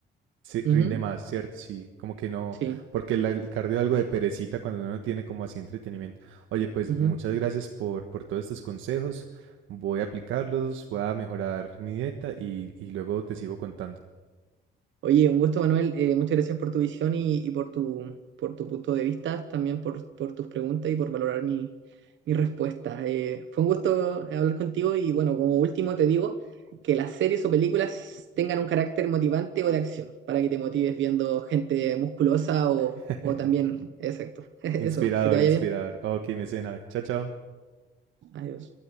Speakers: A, on the right (about 80°); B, on the right (about 70°).
A: Sí, rinde
B: Ujú,
A: más, ¿cierto? Sí, como que no,
B: sí.
A: porque la- el cardio es algo de perecita cuando uno tiene como así entretenimiento. Oye, pues
B: Ujú.
A: muchas gracias por, por todos estos consejos. Voy a aplicarlos, voy a mejorar mi dieta y, y luego te sigo contando.
B: Oye, un gusto, Manuel. Eh, muchas gracias por tu visión y, y por tu, por tu punto de vista, también por, por tus preguntas y por valorar mi, mi respuesta. Eh, fue un gusto hablar contigo y bueno, como último te digo que las series o películas tengan un carácter motivante o de acción para que te motives viendo gente musculosa o,
A: <laughs>
B: o también, exacto. <laughs> Eso,
A: Inspirador,
B: que te vaya
A: inspirador.
B: bien.
A: Ok, mecena. Chao, chao.
B: Adiós.